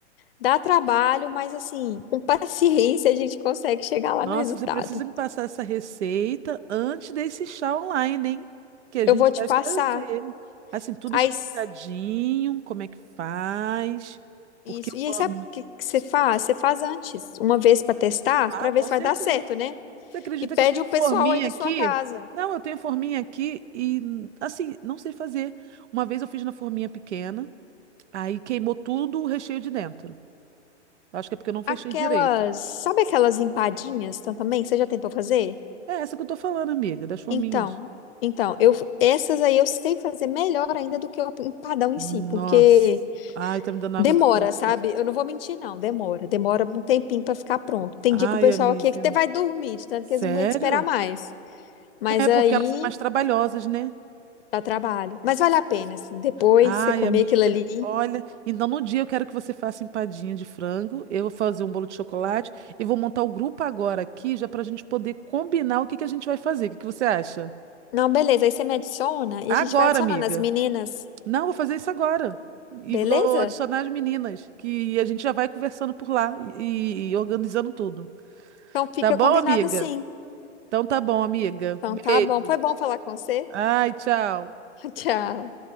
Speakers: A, on the left (about 50°); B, on the right (about 70°).
A: Dá trabalho, mas assim, com paciência a gente consegue chegar lá
B: Nossa,
A: no resultado.
B: você precisa me passar essa receita antes desse chá online, hein? Que a gente
A: Eu vou te
B: vai
A: passar.
B: fazer. Assim, tudo
A: Aí,
B: explicadinho,
A: s-
B: como é que faz, porque
A: isso.
B: eu
A: E aí, sabe
B: amo.
A: o que que você faz? Você faz antes, uma vez para testar,
B: Ah,
A: para ver
B: com
A: se vai
B: certeza.
A: dar certo, né?
B: Você acredita
A: E pede
B: que eu tenho
A: o
B: forminha
A: pessoal aí da
B: aqui?
A: sua casa.
B: Não, eu tenho forminha aqui e, assim, não sei fazer. Uma vez eu fiz na forminha pequena, aí queimou tudo o recheio de dentro. Eu Acho que é porque eu não fechei
A: Aquelas,
B: direito.
A: sabe aquelas empadinhas tam- também? Você já tentou fazer?
B: É essa que eu tô falando, amiga, das forminhas.
A: Então, então, eu essas aí eu sei fazer melhor ainda do que o empadão em
B: Nossa.
A: si, porque
B: Ai, tá me dando água
A: Demora,
B: na boca.
A: sabe? Eu não vou mentir, não. Demora. Demora um tempinho pra ficar pronto. Tem
B: Ai,
A: dia que o pessoal
B: amiga.
A: aqui é que até vai dormir, de tanto
B: Sério?
A: que eles não aguentam esperar mais. Mas
B: É
A: aí
B: porque elas são mais trabalhosas, né?
A: dá trabalho. Mas vale a pena, assim. Depois
B: Ai,
A: você comer
B: amiga.
A: aquilo ali.
B: Olha, então no dia eu quero que você faça empadinha de frango, eu vou fazer um bolo de chocolate e vou montar o grupo agora aqui, já pra gente poder combinar o que que a gente vai fazer. O que que você acha?
A: Não, beleza. Aí você me adiciona e
B: Agora,
A: a gente vai adicionando
B: amiga.
A: as meninas.
B: Não, vou fazer isso agora. E
A: Beleza?
B: vou adicionar as meninas, que a gente já vai conversando por lá e, e organizando tudo.
A: Então fica
B: Tá bom,
A: combinado
B: amiga?
A: assim.
B: Então tá bom, amiga.
A: Então
B: Beijo.
A: tá bom. Foi bom falar com você.
B: Ai, tchau.
A: <laughs> Tchau.